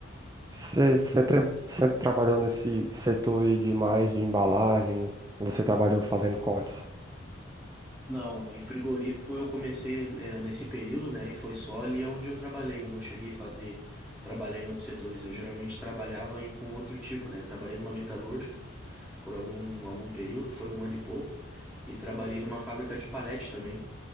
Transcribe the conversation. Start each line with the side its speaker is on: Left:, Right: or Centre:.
Right: Você sempre, sempre trabalhou nesse setor aí de mais de embalagem, você trabalhou fazendo cortes.
Centre: Não, em frigorífico eu comecei eh, nesse período, né? E foi só ali onde eu trabalhei. Eu não cheguei a fazer, trabalhar em outros setores. Eu geralmente trabalhava em, com outro tipo, né? Trabalhei numa metalúrgica por algum, algum período, foi um ano e pouco. E trabalhei numa fábrica de palete também,